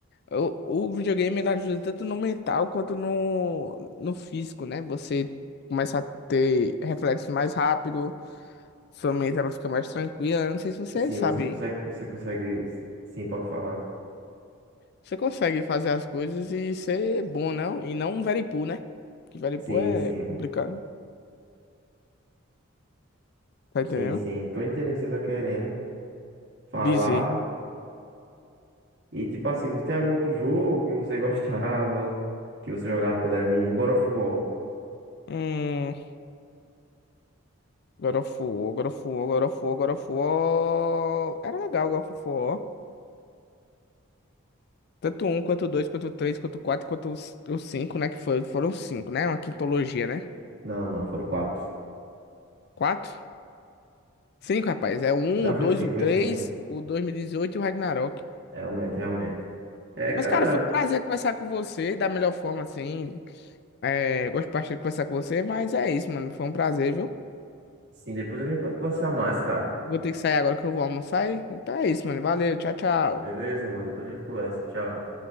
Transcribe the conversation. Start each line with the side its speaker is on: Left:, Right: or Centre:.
Left: o, o videogame ele ajuda tanto no mental quanto no, no físico, né? Você começa a ter reflexos mais rápido, sua mente ela fica mais tranquila. Eu não sei se você
Right: Sim,
Left: sabe.
Right: você consegue, você consegue. Sim, pode falar.
Left: Você consegue fazer as coisas e ser bom, não? E não um veripu, né? Que veripu
Right: Sim,
Left: é
Right: sim.
Left: complicado, tá entendendo?
Right: Sim, sim. Tô entendendo o que você tá querendo falar.
Left: Dizer,
Right: E tipo assim, você tem algum outro jogo que você <laughs> gostava, que você jogava quando era menino? God of War.
Left: hum, God of War, God of War, God of War, God of War. Era legal God of War. Tanto um, quanto dois, quanto três, quanto quatro, quanto os, os cinco, né? Que foi, foram cinco, né? Uma quintologia, né?
Right: Não, não, foram quatro.
Left: Quatro? Cinco, rapaz. É o um,
Right: Não,
Left: o dois,
Right: foi cinco,
Left: o três,
Right: foi cinco.
Left: o 2018 e dezoito e o Ragnarok.
Right: Realmente, realmente. É,
Left: Mas,
Right: cara,
Left: cara, foi um prazer conversar com você da melhor forma, assim, É, gosto bastante de conversar com você, mas é isso, mano. Foi um prazer, viu?
Right: assim, depois a gente pode conversar mais, cara.
Left: Vou ter que sair agora que eu vou almoçar. e- Então é isso, mano. Valeu, tchau, tchau.
Right: Beleza, mano? Depois a gente conversa. Tchau.